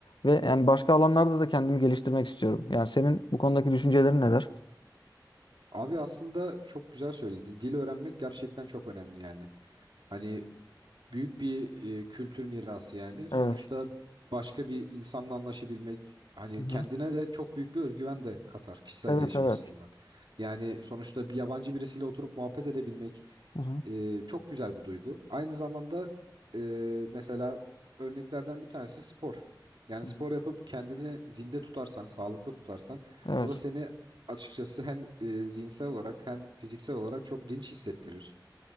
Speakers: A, on the left; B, on the right.
A: Ve yani başka alanlarda da kendimi geliştirmek istiyorum. Yani senin bu konudaki düşüncelerin neler?
B: Abi aslında çok güzel söyledin. Dil öğrenmek gerçekten çok önemli yani. Hani büyük bir e, kültür mirası yani. Sonuçta
A: Evet.
B: başka bir insanla anlaşabilmek hani
A: Hı hı.
B: kendine de çok büyük bir özgüven de katar kişisel
A: Evet
B: gelişim
A: evet.
B: açısından. Yani sonuçta bir yabancı birisiyle oturup muhabbet edebilmek
A: Hı hı.
B: e, çok güzel bir duygu. Aynı zamanda e, mesela örneklerden bir tanesi spor. Yani
A: Hı
B: spor
A: hı.
B: yapıp kendini zinde tutarsan, sağlıklı tutarsan
A: Evet.
B: bu da seni açıkçası hem e, zihinsel olarak hem fiziksel olarak çok dinç hissettirir.